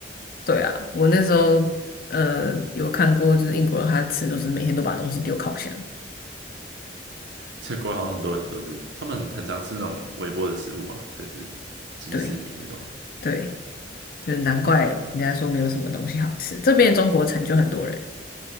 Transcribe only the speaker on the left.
对啊，我那时候呃有看过，就是英国人他吃就是每天都把东西丢烤箱。
对对，就是难怪人家说没有什么东西好吃。这边中国城就很多人，